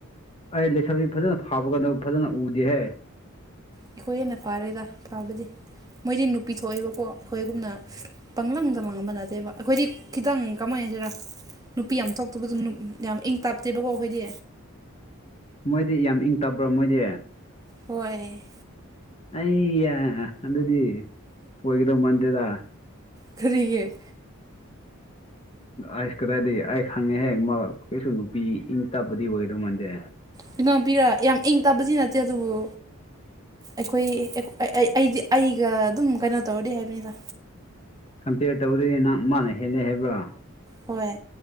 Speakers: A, on the left; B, on the right.
A: ꯑꯩ ꯂꯩꯁꯁꯤ ꯐꯖꯅ ꯐꯥꯕꯒꯗꯣ ꯐꯖꯅ ꯎꯗꯤꯦꯍꯦ
B: ꯑꯩꯈꯣꯏ ꯍꯦꯟꯅ ꯐꯥꯔꯦꯗ ꯐꯥꯕꯗꯤ ꯃꯣꯏꯗꯤ ꯅꯨꯄꯤ ꯊꯣꯛꯑꯦꯕꯀꯣ ꯑꯩꯈꯣꯏꯒꯨꯝꯅ ꯄꯪꯂꯪꯗ ꯂꯥꯡꯝꯕ ꯅꯠꯇꯦꯕ ꯑꯩꯈꯣꯏꯗꯤ ꯈꯤꯇꯪ ꯀꯃꯥꯏꯅꯁꯤꯔ ꯅꯨꯄꯤ ꯌꯥꯝ ꯊꯣꯛꯇꯕꯗꯨ ꯌꯥꯝ ꯏꯪ ꯇꯞꯇꯦꯕꯀꯣ ꯑꯩꯈꯣꯏꯗꯤ
A: ꯃꯣꯏꯗꯤ ꯌꯥꯝ ꯏꯪ ꯇꯕ꯭ꯔꯣ ꯃꯣꯏꯗꯤ
B: ꯍꯣꯏ
A: ꯑꯩ ꯑꯗꯨꯗꯤ ꯑꯣꯏꯒꯗꯧ ꯃꯥꯟꯗꯦꯗ
B: ꯐꯔꯤꯌꯦ
A: ꯑꯁ ꯀꯗꯥꯏꯗꯤ ꯑꯩꯁ ꯍꯪꯉꯦ ꯍꯦꯛ ꯃꯥ ꯀꯩꯁꯨ ꯅꯨꯄꯤ ꯏꯪ ꯇꯞꯄꯗꯤ ꯑꯣꯏꯗꯧ ꯃꯥꯟꯗꯦ
B: ꯀꯅꯥꯣꯝ ꯄꯤꯔ ꯌꯥꯝ ꯏꯪ ꯇꯥꯗꯤ ꯅꯠꯇꯦ ꯑꯗꯨꯕꯨ ꯑꯩꯈꯣꯏꯗꯤ ꯑꯩꯒ ꯑꯗꯨꯝ ꯀꯩꯅꯣ ꯇꯧꯔꯗꯤ ꯍꯥꯏꯕꯅꯤꯗ
A: ꯀꯝꯄꯤꯦꯌꯔ ꯇꯧꯗꯣꯏꯦ ꯅꯪ ꯃꯥꯅ ꯍꯦꯟꯅꯩ ꯍꯥꯏꯕ꯭ꯔꯥ
B: ꯍꯣꯏ